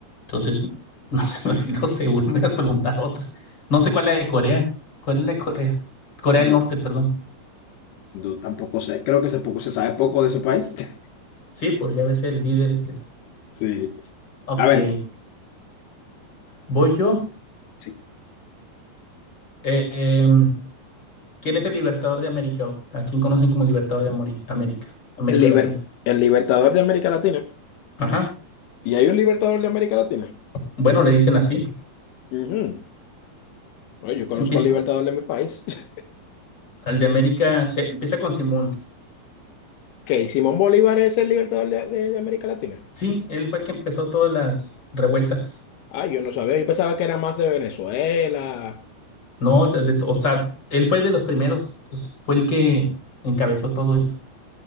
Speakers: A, on the left (about 25°); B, on the left (about 80°).
A: Entonces, <laughs> no se me olvidó Seúl, me hubieras preguntado otra. No sé cuál es la de Corea. ¿Cuál es la de Corea? Corea
B: No,
A: del Norte, perdón.
B: no, tampoco sé. Creo que se, poco, se sabe poco de ese país. <laughs>
A: Sí, por ya ves el líder este.
B: Sí.
A: Ok,
B: A ver tú.
A: voy yo.
B: Sí.
A: Eh, em, ¿quién es el libertador de América? o ¿A quién conocen como el libertador de Ameri- América? América
B: El, liber-
A: Latina.
B: el libertador de América Latina.
A: Ajá.
B: ¿Y hay un libertador de América Latina?
A: Bueno, le dicen así.
B: Ujú. Bueno, yo conozco
A: Empieza.
B: al libertador de mi país. <laughs>
A: El de América se empieza con Simón.
B: Que ¿Simón Bolívar es el libertador de, de- de América Latina?
A: Sí, él fue el que empezó todas las revueltas.
B: Ah, yo no sabía, yo pensaba que era más de Venezuela.
A: No, o sea, de- o sea, él fue de los primeros. Entonces, fue el que encabezó todo esto.